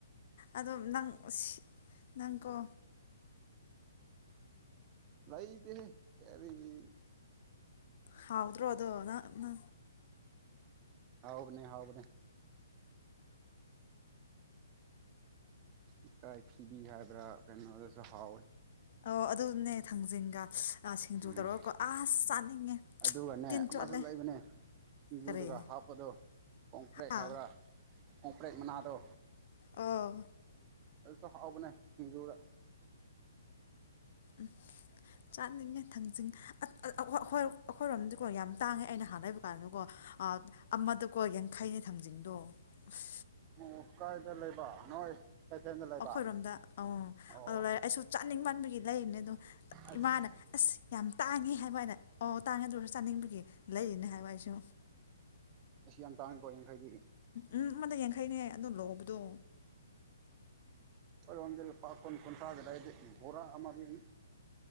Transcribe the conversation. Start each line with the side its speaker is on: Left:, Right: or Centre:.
Left: ꯑꯗꯣ ꯅꯪ ꯅꯪꯀꯣ
Right: ꯂꯩꯗꯦꯍꯦ ꯀꯔꯤꯒꯤ
Left: ꯍꯥꯎꯗ꯭ꯔꯣ ꯑꯗꯣ ꯅꯥꯛ ꯅ
Right: ꯍꯥꯎꯕꯅꯦ ꯍꯥꯎꯕꯅꯦ ꯏꯀꯥꯏ ꯊꯤꯕꯤ ꯍꯥꯏꯕ꯭ꯔꯥ ꯀꯩꯅꯣꯗꯁꯨ ꯍꯥꯎꯋꯦ
Left: ꯑꯣ ꯑꯗꯨꯅꯦ ꯊꯥꯡꯖꯤꯡꯒ ꯁꯤꯡꯖꯨ
Right: ꯎꯝ
Left: ꯇꯧꯔꯒꯀꯣ ꯑꯁ ꯆꯥꯅꯤꯡꯉꯦ
Right: ꯑꯗꯨꯒꯅꯦ
Left: ꯇꯤꯟ
Right: ꯑꯃꯁꯨ
Left: ꯆꯣꯠꯂꯦ
Right: ꯂꯩꯕꯅꯦ ꯁꯤꯡꯖꯨꯗꯒ
Left: ꯀꯔꯤ
Right: ꯍꯥꯞꯄꯗꯣ ꯀꯣꯡꯄ꯭ꯔꯦꯛ
Left: ꯍꯥ
Right: ꯍꯥꯏꯕ꯭ꯔꯥ ꯀꯣꯝꯄ꯭ꯔꯦꯛ ꯃꯅꯥꯗꯣ
Left: ꯑꯣ
Right: ꯑꯗꯨꯁꯨ ꯍꯥꯎꯕꯅꯦ ꯁꯤꯡꯖꯨꯒ
Left: ꯎꯝ ꯆꯥꯅꯤꯡꯉꯦ ꯊꯥꯡꯖꯤꯡ ꯑꯠ ꯑ ꯑꯈꯣꯏ ꯑꯩꯈꯣꯏꯔꯣꯝꯗꯤꯀꯣ ꯌꯥꯝ ꯇꯥꯡꯉꯦ ꯑꯩꯅ ꯍꯥꯟꯅ ꯂꯩꯕ ꯀꯥꯟꯗꯀꯣ ꯑꯃꯗꯀꯣ ꯌꯥꯡꯈꯩꯅꯦ ꯊꯥꯡꯖꯤꯡꯗꯣ ꯑꯁ
Right: ꯑꯣ ꯀꯥꯏꯗ ꯂꯩꯕ ꯅꯣꯏ ꯀꯩꯊꯦꯜꯗ ꯂꯩꯕ
Left: ꯑꯈꯣꯏꯔꯣꯝꯗ ꯑꯪ
Right: ꯑꯣ
Left: ꯑꯗꯣꯂꯢ ꯑꯩꯁꯨ ꯆꯥꯅꯤꯡꯃꯟꯕꯒꯤ ꯂꯩꯔꯤꯅꯦ ꯑꯗꯨꯝ
Right: ꯑꯁ
Left: ꯏꯃꯥꯅ ꯑꯁ ꯌꯥꯝ ꯇꯥꯡꯉꯤ ꯍꯥꯏꯕ ꯍꯥꯏꯅ ꯑꯣ ꯇꯥꯡꯉꯦ ꯑꯗꯨꯑꯣꯏꯁꯨ ꯆꯥꯅꯤꯡꯕꯒꯤ ꯂꯩꯔꯤꯅꯦ ꯍꯥꯏꯕ ꯑꯩꯁꯨ
Right: <unintelligible> ꯇꯥꯡꯑꯦꯀꯣ ꯌꯥꯡꯈꯩꯗꯤ
Left: ꯎꯝ ꯑꯃꯗ ꯌꯥꯡꯈꯩꯅꯦ ꯑꯗꯨ ꯂꯣꯕꯗꯣ
Right: ꯈꯣꯏꯔꯣꯝꯒꯤ ꯂꯨꯄꯥ ꯀꯨꯟ ꯀꯨꯟꯊ꯭ꯔꯥꯒꯤ ꯂꯩꯗꯤ ꯚꯣꯔꯥ ꯑꯃꯒꯤꯅꯤ